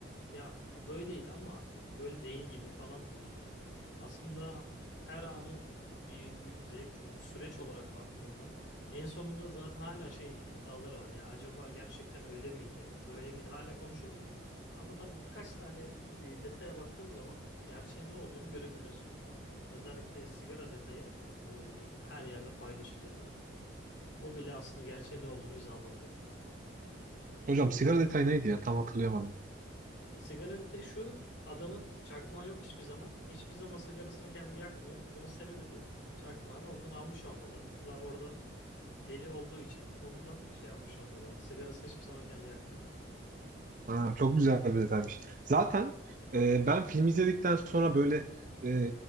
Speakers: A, on the left; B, on the right.
A: Ya bu böyleydi ama böyle değil gibi falan diyorsun. Aslında her anı bir büyük zevk çünkü bir süreç olarak baktığında en sonunda zaten hala şey iddiaları var ya acaba gerçekten öyle miydi böyle miydi hala konuşuluyor ama tabii birkaç tane e, detaya baktığın zaman gerçeğin ne olduğunu görebiliyorsun. Özellikle sigara detayı e, her yerde paylaşılıyor zaten. O bile aslında gerçeğin ne olduğunu bize anlatıyor.
B: Hocam sigara detayı neydi ya? Tam hatırlayamadım.
A: E, sigara detayı şu adamın çakmağı yok hiçbir zaman. Hiçbir zaman sigarasını kendi yakmıyor. Bunun sebebi de çakmağını ondan almış olmaları. Zaten orada deli olduğu için ondan şey yapmış olmaları. Sigarasını hiçbir zaman kendi yakmıyor adam.
B: Aa, çok güzel bir detaymış. Zaten e, ben film izledikten sonra böyle e,